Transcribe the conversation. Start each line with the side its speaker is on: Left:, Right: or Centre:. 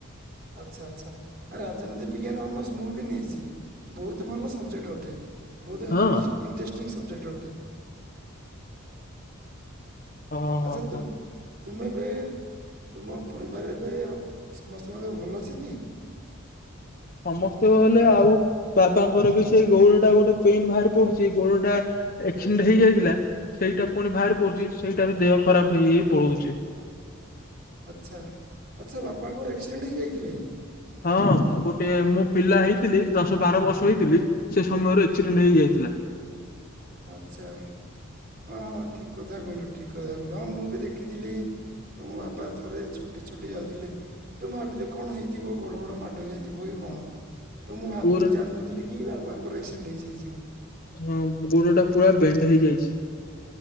Right: ଆଚ୍ଛା ଆଚ୍ଛା ରାଜନୀତି ବିଜ୍ଞାନ ଅନସ ମୁଁ ବି ନେଇଛି ବହୁତ ଭଲ ସବଜେକ୍ଟ ଅଟେ। ବହୁତ
Left: ହଁ
Right: ଇଣ୍ଟରେସ୍ ଇଣ୍ଟ୍ରେଷ୍ଟିଙ୍ଗ ସବଜେକ୍ଟ ଅଟେ।
Left: ହଁ ହଁ
Right: ଆଛା
Left: ହଁ
Right: ତ୍ରୁ ତୁମେ ବି ତୁମ ପରିବାରରେ ବି ଆଉ କ ସମସ୍ତଙ୍କ ଦେହ ଭଲ ଅଛି ତି।
Left: ସମସ୍ତେ ବୋଲେ ଆଉ ବାବାଙ୍କର ବି ସେ ଗୋଉଡ ଟା ଗୋଟେ ପେନ୍ ବାହାରି ପଡୁଛି ଗୋଡ ଟା ଏକ୍ସିଡେଣ୍ଟ ହେଇଯାଇଥିଲା ସେଇଟା ପୁଣି ବାହାରି ପଡୁଛି ସେଇଟାର ଦେହ ଖରାପ ହେଇ ହେଇ ପଳଉଛି।
Right: ଆଚ୍ଛା ଆଚ୍ଛା ବାପାଙ୍କର ଏକ୍ସିଡେଣ୍ଟ ହେଇଯାଇଥିଲା କି?
Left: ହଁ ହଁ ଗୋଟେ ମୁଁ ପିଲା ହେଇଥିଲି ଦଶ ବାର ବର୍ଷ ହେଇଥିଲି ସେ ସମୟରେ ଏକ୍ସିଡେଣ୍ଟ ହେଇଯାଇଥିଲା।
Right: ଆଚ୍ଛା ହଁ ହଁ ଠିକ୍ କଥା କହିଲ ଠିକ୍ କଥା କହିଲ। ହଁ ମୁଁ ବି ଦେଖିଥିଲି ତମ ବାବା ଥରେ ଛୋଟେଇ ଛୋଟେଇ ଯାଉଥିଲେ। ତ ମୁଁ ଭାବିଲି କଣ ହେଇଥିବ ଗୋଡ ଫୋଡ଼ ମାଡ ହେଇ ଯାଇଥିବ କି କଣ। ତ ମୁଁ ଭାବ
Left: ପୁର
Right: ମୁଁ ଜାଣିନଥିଲି କି ବାବାଙ୍କର ଆକ୍ସିଡେଣ୍ଟ ହେଇଯାଇଚି ବୋଲି।
Left: ହଁ ଗୋଡ ଟା ପୁରା ବେଣ୍ଡ ହେଇଯାଇଚି।